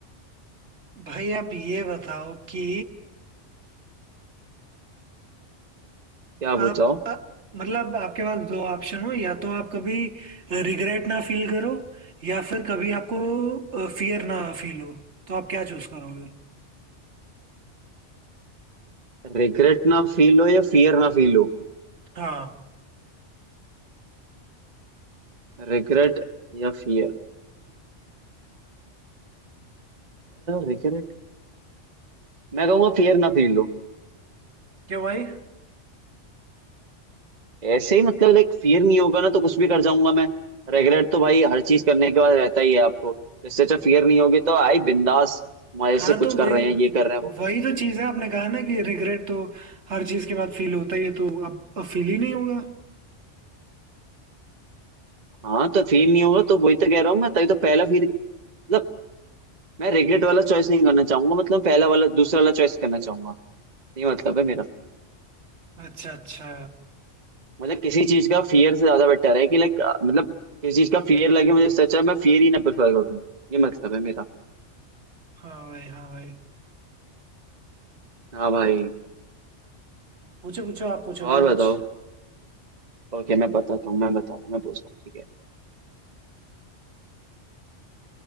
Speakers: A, on the right; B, on the right.
A: भाई आप ये बताओ कि
B: क्या
A: आप
B: पूछो
A: आ, मतलब आपके पास दो ऑप्शन हो या तो आप कभी रिग्रेट ना फील करो या फिर कभी आपको फियर ना फील हो तो आप क्या चूज करोगे
B: रिग्रेट ना फील हो या फियर ना फील हो
A: हाँ
B: रिग्रेट या फियर रिग्रेट मैं कहूंगा फियर ना फील हो
A: क्यों भाई
B: ऐसे ही मतलब लाइक फियर नहीं होगा ना तो कुछ भी कर जाऊंगा मैं रेगुलेट तो भाई हर चीज करने के बाद रहता ही है आपको तो इससे अच्छा फियर नहीं होगी तो आई बिंदास मजे
A: हाँ
B: से
A: तो
B: कुछ
A: वही
B: कर रहे हैं ये कर रहे हैं वो कर
A: वही
B: रहे
A: तो चीज है आपने कहा ना कि रिग्रेट तो हर चीज के बाद फील होता ही है तो अब, अब फील ही नहीं होगा
B: हैं हाँ तो फील नहीं होगा तो वही तो कह रहा हूँ मैं तभी तो पहला फील मतलब मैं रिग्रेट वाला चॉइस नहीं करना चाहूंगा मतलब पहला वाला दूसरा वाला चॉइस करना चाहूंगा ये मतलब है मेरा
A: अच्छा अच्छा
B: मतलब किसी चीज का फियर से ज्यादा बेटर है कि लाइक मतलब किसी चीज का फियर लगे मुझे इससे अच्छा है मैं फियर ही ना प्रेफर करूँ ये मतलब है मेरा
A: हाँ भाई हाँ भाई
B: हाँ भाई
A: पूछो पूछो आप पूछो
B: और
A: भाई
B: बताओ
A: कुछ
B: ओके मैं बताता हूँ मैं बताता हूँ मैं पूछता हूँ ठीक है